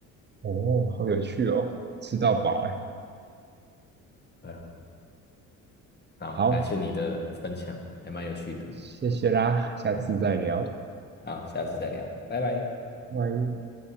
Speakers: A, on the right; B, on the left.
A: 哦，好有趣哦，吃到饱哎！
B: 对啊，好，
A: 好，
B: 感谢你的分享，还蛮有趣的。
A: 谢谢啦，下次再聊，
B: 好，下次再聊，拜拜。
A: 拜。